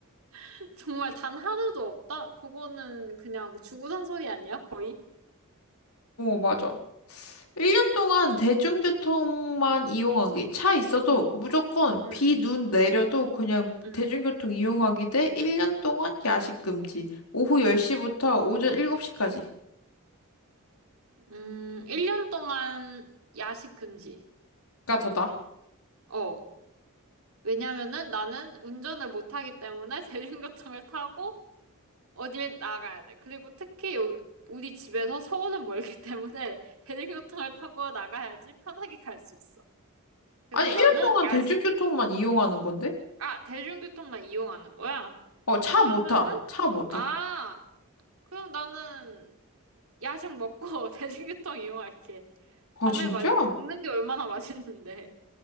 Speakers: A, on the right; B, on the left.
A: <laughs> 정말 단 하루도 없다? 그거는 그냥 주구장 소리 아니야, 거의?
B: 맞아. 1년 동안 대중교통만 이용하기. 차 있어도
A: 응,
B: 무조건
A: 응,
B: 비, 눈 내려도 그냥
A: 응.
B: 대중교통 이용하기 대 1년 동안 야식 금지. 오후 10시부터 오전 7시까지가
A: 음, 1년 동안 야식 금지.
B: 더다.
A: 어. 왜냐면은 나는 운전을 못 하기 때문에 <laughs> 대중교통을 타고 어딜 나가야 돼. 그리고 특히 요, 우리 집에서 서울은 멀기 때문에 <laughs> 대중교통을 타고 나가야지 편하게 갈 수 있어. 그래서
B: 아니, 1년
A: 나는
B: 동안
A: 야식,
B: 대중교통만 이용하는 건데?
A: 아, 대중교통만 이용하는 거야?
B: 어, 차
A: 그러면은,
B: 못 타. 차 못
A: 아,
B: 타.
A: 그럼 나는 야식 먹고 <laughs> 대중교통 이용할게.
B: 아,
A: 밤에
B: 진짜?
A: 마, 먹는 게 얼마나 맛있는데.